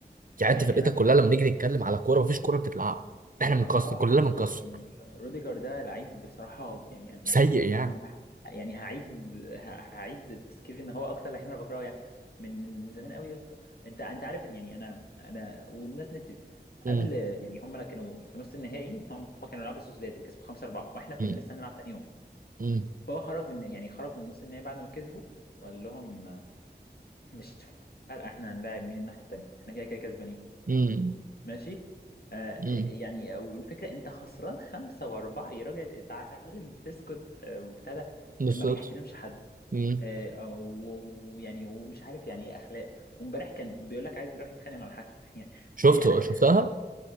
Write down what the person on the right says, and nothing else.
يعني
انت فرقتك
كلها لما نيجي نتكلم على كوره مفيش كوره بتتلعب احنا بنكسر
كلنا
بنكسر
سيء يعني
مم.
مم.
مم.
مم.
مم.
بالظبط
مم.
شفته
شفتها